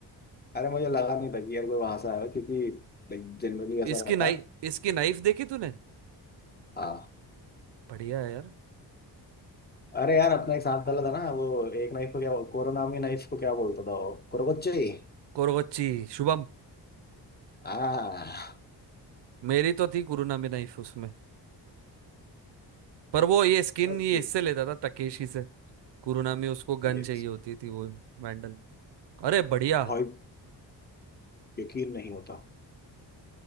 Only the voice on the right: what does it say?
इसकी
नाइफ
इसकी नाइफ देखी तूने
बढ़िया है यार
ये-
कोरगोच्ची शुभम
मेरी तो थी कुरुनामी नाइफ उसमें पर वो ये स्किन
ये इससे लेता था तकेशी से कुरुनामी उसको गन
चाहिए होती थी वो वैंडल अरे बढ़िया